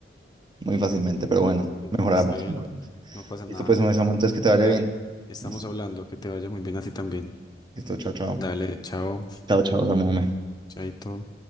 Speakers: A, on the right; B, on the left.
A: muy fácilmente, pero bueno,
B: Sí.
A: mejoramos,
B: Está bien,
A: mejoramos.
B: no no pasa
A: Listo,
B: nada.
A: pues, hombre, Samu, entonces que te vaya
B: Dale,
A: bien.
B: estamos
A: Listo,
B: hablando, que te vaya muy bien a ti también.
A: listo, chao, chao.
B: Dale, chao,
A: Chao, chao, Samu. hombre.
B: chaito.